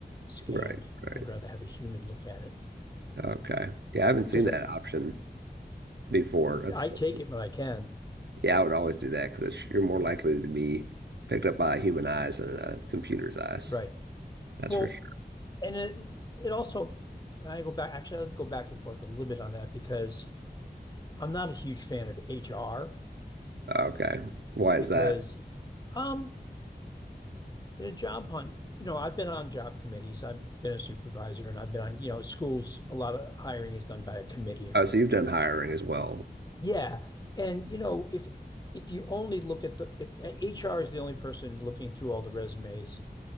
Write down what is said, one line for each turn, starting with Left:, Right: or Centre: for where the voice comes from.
Left: scanned.
Right: Right. Right.
Left: I'd rather have a human look at it
Right: Okay. Yeah, I haven't seen
Left: because
Right: that option before. That's,
Left: I
Right: that's
Left: take it when I can.
Right: yeah, I would always do that because you're more
Left: Yeah,
Right: likely to be picked up by human eyes than a computer's eyes.
Left: right.
Right: That's
Left: Well,
Right: for sure.
Left: and it it also I go back actually I'll go back and forth a little bit on that because I'm not a huge fan of HR
Right: Okay. Why is
Left: because.
Right: that?
Left: Um, In a job hunt, you know, I've been on job committees. I've been a supervisor and I've been on, you know, schools, a lot of hiring is done by a committee of,
Right: Oh, so you've done hiring as well
Left: yeah. And, you know, if if you only look at the if HR is the only person looking through all the resumes